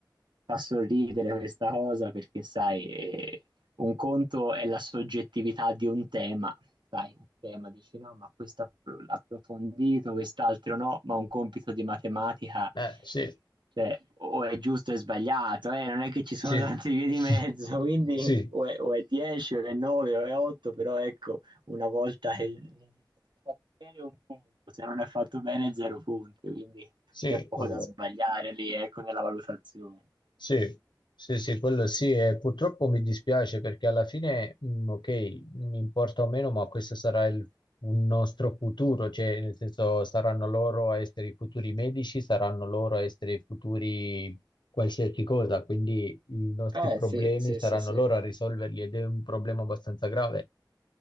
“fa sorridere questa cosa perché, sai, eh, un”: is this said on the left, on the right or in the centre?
Right